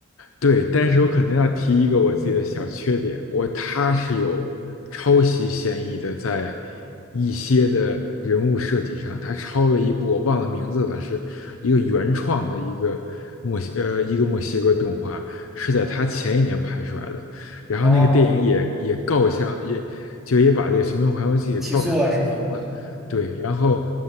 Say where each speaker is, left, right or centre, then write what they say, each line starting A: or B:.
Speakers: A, on the left; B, in the centre.
A: 对，但是我可能要提一个我自己的小缺点，我他是有抄袭嫌疑的，在一些的人物设计上，他抄了一部我忘了名字了，是一个原创的一个墨西呃一个墨西哥动画，是在他前一年拍出来的，然后那个电影也也告上也就也把这个《寻梦环游记》给告上法庭了，
B: 哦。起诉了是吗？
A: 对，然后